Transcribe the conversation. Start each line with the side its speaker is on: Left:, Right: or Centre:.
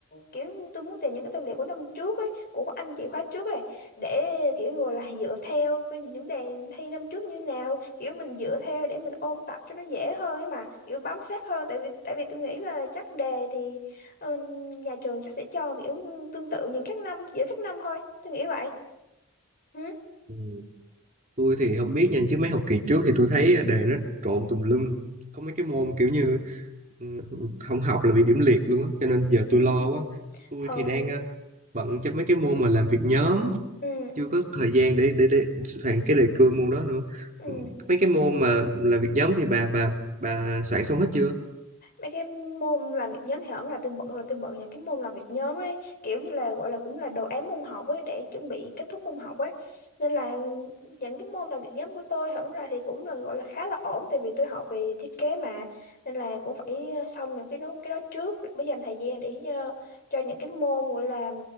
Left: kiểu tôi muốn tìm những cái tài liệu của năm trước ấy của các anh chị khóa trước ấy để kiểu gọi là dựa theo cái những đề thi năm trước như nào kiểu mình dựa theo để mình ôn tập cho nó dễ hơn ấy mà kiểu bám sát hơn tại vì tại vì tôi nghĩ là chắc đề thì ờ, nhà trường chắc sẽ cho kiểu tương tự những các năm giữa các năm thôi tôi nghĩ vậy Ừ.
Right: Ừ, tôi thì không biết nha chứ mấy học kỳ trước thì tôi thấy ờ, đề nó trộn tùm lum có mấy cái môn kiểu như Ừ, không học là bị điểm liệt luôn á cho nên giờ
Left: Ừ.
Right: tôi lo quá tôi
Left: Ừ.
Right: thì đang ờ, bận cho mấy cái môn mà làm việc nhóm
Left: Ừ.
Right: chưa có thời gian để để để soạn cái đề cương môn đó nữa
Left: Ừ.
Right: Ừ, mấy cái môn mà làm việc nhóm thì bà bà bà soạn xong hết chưa
Left: Mấy cái môn làm việc nhóm thì không là tôi bận là tôi bận những cái môn làm việc nhóm ấy kiểu như là gọi là cũng là đồ án môn học ấy để chuẩn bị kết thúc môn học ấy nên là những cái môn làm việc nhóm của tôi hổng ra thì cũng là gọi là khá là ổn tại vì tôi học về thiết kế mà nên là cũng phải ờ, xong những cái nó cái đó trước mới dành thời gian để ờ, cho những cái môn gọi là